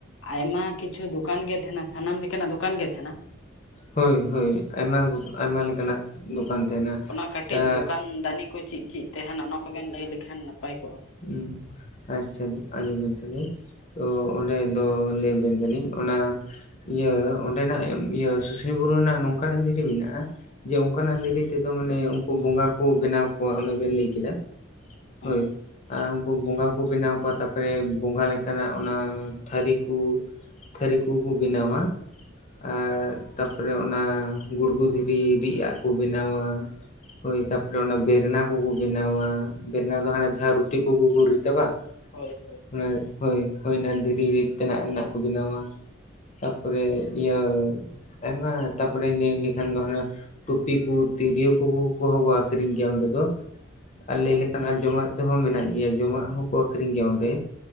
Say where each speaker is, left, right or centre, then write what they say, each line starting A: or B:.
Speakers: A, on the left; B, on the left.
A: ᱟᱭᱢᱟ ᱠᱤᱪᱷᱩ ᱫᱚᱠᱟᱱ ᱜᱮ ᱛᱟᱦᱮᱱᱟ ᱥᱟᱱᱟᱢ ᱞᱮᱠᱟᱱᱟᱜ ᱫᱚᱠᱟᱱ ᱜᱮ ᱛᱟᱦᱮᱱᱟ-
B: ᱦᱳᱭ ᱦᱳᱭ ᱟᱭᱢᱟ ᱟᱭᱢᱟ ᱞᱮᱠᱟᱱᱟᱜ ᱫᱚᱠᱟᱱ ᱛᱟᱦᱮᱱᱟ᱾
A: ᱚᱱᱟ ᱠᱟᱹᱴᱤᱡ
B: ᱛᱟ
A: ᱫᱚᱠᱟᱱ ᱫᱟᱱᱤ ᱠᱚ ᱪᱮᱫ ᱪᱮᱫ ᱛᱟᱦᱮᱱᱟ ᱚᱱᱟ ᱠᱚ ᱵᱮᱱ ᱞᱟᱹᱭ ᱞᱮᱠᱷᱟᱱ ᱱᱟᱯᱟᱭ ᱠᱚᱜ-ᱟ᱾
B: ᱩᱸ ᱟᱪᱪᱷᱟ ᱟᱸᱡᱚᱢ ᱵᱮᱱ ᱛᱟᱦᱚᱞᱮ ᱛᱚ ᱚᱸᱰᱮ ᱫᱚ ᱞᱟᱹᱭ ᱟᱵᱮᱱ ᱠᱟᱹᱱᱟᱹᱧ ᱚᱱᱟ᱾ ᱤᱭᱟᱹ ᱚᱸᱰᱮᱱᱟᱜ ᱤᱭᱟᱹ ᱥᱩᱥᱱᱤ ᱵᱩᱨᱩ ᱨᱮᱱᱟᱜ ᱱᱚᱝᱠᱟᱱᱟᱜ ᱫᱷᱤᱨᱤ ᱢᱮᱱᱟᱜᱼᱟ᱾ ᱡᱮ ᱚᱱᱠᱟᱱᱟᱜ ᱫᱷᱤᱨᱤ ᱛᱮᱫᱚ ᱢᱟᱱᱮ ᱩᱱᱠᱩ ᱵᱚᱸᱜᱟ ᱠᱚ ᱵᱮᱱᱟᱣ ᱠᱚᱣᱟ ᱚᱱᱮ ᱵᱮᱱ ᱞᱟᱹᱭ ᱠᱮᱫᱟ᱾
A: ᱦᱮᱸ
B: ᱦᱳᱭ᱾ ᱟᱨ ᱩᱱᱠᱩ ᱵᱚᱸᱜᱟ ᱠᱚ ᱵᱮᱱᱟᱣ ᱠᱚᱣᱟ ᱛᱟᱨᱯᱚᱨᱮ ᱵᱚᱸᱜᱟ ᱞᱮᱠᱟᱱᱟᱜ ᱚᱱᱟ ᱛᱷᱟᱹᱨᱤ ᱠᱚ ᱛᱷᱟᱹᱨᱤ ᱠᱚᱠᱚ ᱵᱮᱱᱟᱣᱟ
A: ᱦᱮᱸ
B: ᱟᱨ ᱛᱟᱯᱚᱨᱮ ᱚᱱᱟ ᱜᱩᱲᱜᱩ ᱫᱷᱤ ᱨᱤ ᱤᱫ ᱟᱜ ᱠᱚ ᱵᱮᱱᱟᱣᱟ ᱦᱳᱭ ᱛᱟᱯᱚᱨᱮ ᱚᱱᱟ ᱵᱮᱨᱮᱱᱟ ᱠᱚᱠᱚ ᱵᱮᱱᱟᱣᱟ᱾ ᱵᱮᱠᱱᱟ ᱫᱚ ᱦᱟᱱᱮ ᱡᱟᱦᱟᱸ ᱨᱩᱴᱤ ᱠᱚ ᱠᱩ ᱠᱩ ᱨᱤᱛᱟ ᱵᱟ᱾
A: ᱦᱳᱭ ᱦᱳᱭ᱾
B: ᱚᱱᱟ ᱦᱳᱭ ᱦᱳᱭ ᱚᱱᱟ ᱫᱷᱤᱨᱤ ᱨᱤᱫ ᱛᱮᱱᱟᱜ ᱨᱮᱱᱟᱜ ᱠᱚ ᱵᱮᱱᱟᱣᱟ᱾ ᱛᱟᱯᱚᱨᱮ ᱤᱭᱟᱹ ᱟᱭᱢᱟ ᱛᱟᱯᱚᱨᱮ ᱞᱟᱹᱭ ᱞᱮᱠᱷᱟᱱ ᱫᱚ ᱦᱟᱱᱮ᱾ ᱴᱩᱯᱤ ᱠᱚ ᱛᱤᱨᱭᱳ ᱠᱚ ᱠᱚᱦᱚᱸ ᱠᱚ ᱟᱹᱠᱷᱨᱤᱧ ᱜᱮᱭᱟ ᱚᱸᱰᱮ ᱫᱚ ᱟᱨ
A: ᱦᱚᱸ
B: ᱞᱟᱹᱭ ᱞᱮᱠᱷᱟᱱ ᱡᱚᱢᱟᱜ ᱛᱮᱦᱚᱸ ᱢᱮᱱᱟᱜ ᱜᱮᱭᱟ ᱡᱚᱢᱟᱜ ᱦᱚᱸᱠᱚ ᱟᱹᱠᱷᱨᱤᱧ ᱜᱮᱭᱟ ᱚᱸᱰᱮ᱾